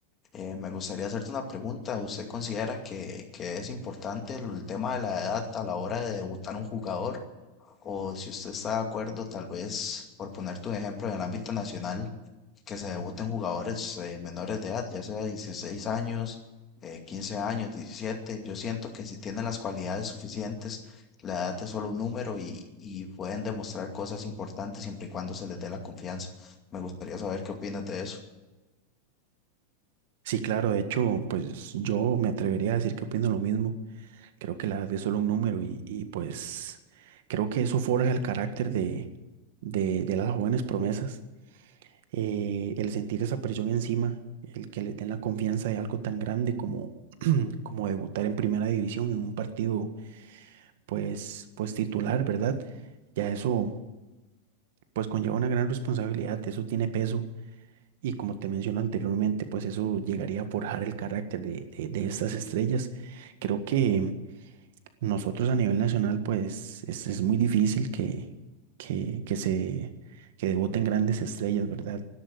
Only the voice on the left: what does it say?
Eh, me gustaría hacerte una pregunta. ¿Usted considera que, que es importante el, el tema de la edad a la hora de debutar un jugador? O si usted está de acuerdo, tal vez, por ponerte un ejemplo en el ámbito nacional, que se debuten jugadores eh, menores de edad, ya sea 16 años, eh, 15 años, 17. Yo siento que si tienen las cualidades suficientes, la edad es solo un número y, y pueden demostrar cosas importantes siempre y cuando se les dé la confianza. Me gustaría saber qué opinas de eso.